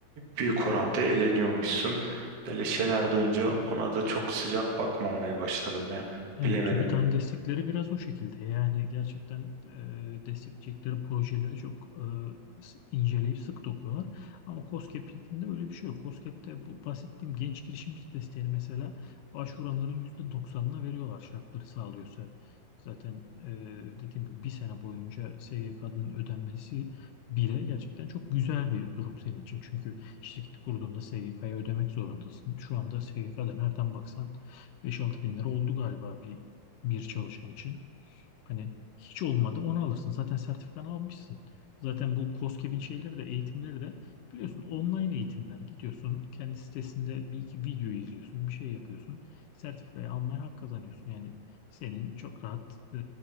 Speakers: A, on the right; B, on the left.
A: büyük oranda eleniyormuşsun. Böyle şeyler duyunca ona da çok sıcak bakmamaya başladım ya.
B: Evet,
A: Bilemedim.
B: TÜBİTAK'ın destekleri biraz o şekilde. Yani gerçekten e, destekleyecekleri projeleri çok e, s- inceleyip sık dokuyorlar. Ama KOSGEB'de öyle bir şey yok. KOSGEB'de bu bahsettiğim genç girişimci desteğini mesela başvuranların yüzde doksanına veriyorlar şartları sağlıyorsa. Zaten e, dediğim gibi bir sene boyunca SGK'nın ödenmesi bile gerçekten çok güzel bir durum senin için. Çünkü şirketi kurduğunda SGK'ya ödemek zorundasın. Şu anda SGK'da nereden baksan Beş altı bin lira oldu galiba bir, bir çalışan için. Hani hiç olmadı onu alırsın. Zaten sertifikanı almışsın. Zaten bu KOSGEB'in şeyleri de eğitimleri de biliyorsun online eğitimler. Gidiyorsun kendi sitesinde bir iki video izliyorsun. Bir şey yapıyorsun. Sertifikayı almaya hak kazanıyorsun. Yani senin çok rahat e,